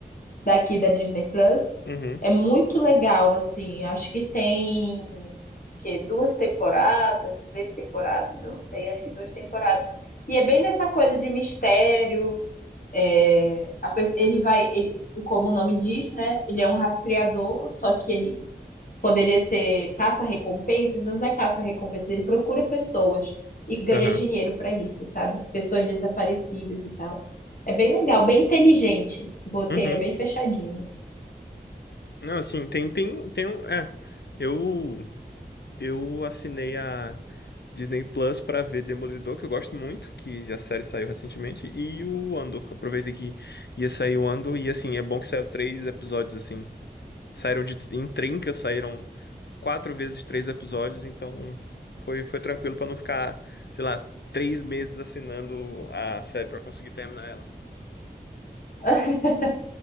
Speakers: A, on the left (about 50°); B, on the left (about 70°).
A: daqui da Disney Plus.
B: uhum,
A: É muito legal, assim. Acho que tem que duas temporadas, três temporadas, eu não sei, acho que duas temporadas. E é bem nessa coisa de mistério. é, a pe- ele vai, ele- como o nome diz, né? Ele é um rastreador, só que ele poderia ser caça-recompensas, mas não é caça-recompensas, ele procura pessoas e ganha
B: aham,
A: dinheiro para isso, sabe? Pessoas desaparecidas e tal. É bem legal, bem inteligente. O roteiro
B: uhum, uhum.
A: é bem fechadinho.
B: Não, assim, tem, tem, tem um, é, eu... Eu assinei a Disney Plus pra ver Demolidor, que eu gosto muito, que a série saiu recentemente, e o Andor. Aproveitei que ia sair o Andor, e assim, é bom que saiu três episódios, assim. Saíram de, em trinca, saíram quatro vezes três episódios, então foi, foi tranquilo pra não ficar, sei lá, três meses assinando a série pra conseguir terminar ela.
A: <laughs>